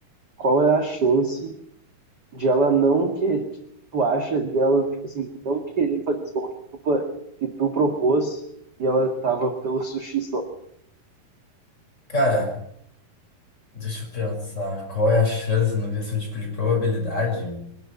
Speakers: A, on the right (about 35°); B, on the left (about 15°).
A: qual é a chance de ela não querer, que tu acha dela, tipo assim, não querer fazer esse bagulho que tu, pa- que tu propôs e ela tava pelo <laughs> sushi só?
B: Cara, deixa eu pensar. Qual é a chance não no questão tipo de probabilidade?